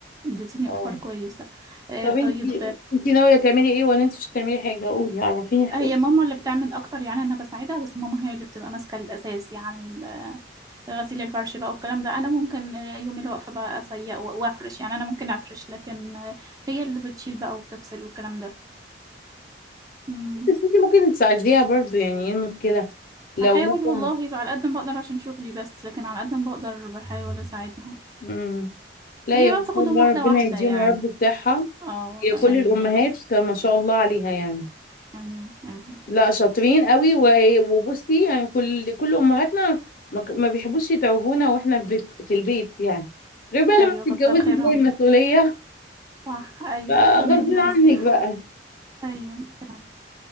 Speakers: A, on the right; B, on the left.
A: اديتيني
B: اه
A: افكار كويسه آه
B: طب
A: طيب
B: انت انت ناويه تعملي ايه ولا انت مش هتعملي حاجه قولي عرفيني حقولي
A: هي ماما اللي بتعمل اكتر يعني انا بساعدها بس ماما هي اللي بتبقى ماسكه الاساس يعني ال- غسيل الفرش بقى والكلام ده انا ممكن يوم الوقفه بقى اسيق و- وافرش يعني انا ممكن افرش لكن هي اللي بتشيل بقى وبتغسل والكلام ده امم
B: بس انت ممكن تساعديها برضو يعني ايه المشكله لو
A: بحاول
B: مثلا
A: والله بقى على قد ما بقدر عشان شغلي بس لكن على قد ما بقدر بحاول اساعدها
B: مم. لا
A: هي
B: يا
A: بقى
B: ما
A: بتاخدهم
B: شاء الله
A: واحده
B: ربنا
A: واحده
B: يديهم
A: يعني
B: يا رب بتاعها
A: اه والله
B: هي كل
A: امين
B: الامهات
A: يا رب
B: ما شاء الله عليها يعني
A: امين امين
B: لا شاطرين قوي و- وبصي يعني كل كل امهاتنا ما ك- ما بيحبوش يتعبونا واحنا بت- في البيت يعني غير بقى
A: ايوه
B: لما بتتجوزي
A: كتر خيرهم
B: تلاقي المسؤوليه
A: صح ايوه
B: فغصب
A: ربنا يديهم
B: عنك
A: الصحه
B: بقى
A: ايوه فعلا